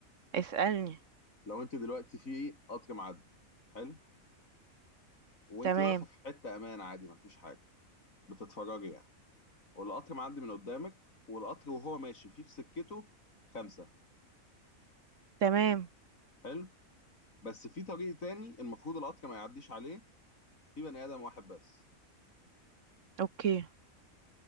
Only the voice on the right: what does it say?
اسألني
تمام
تمام
اوكي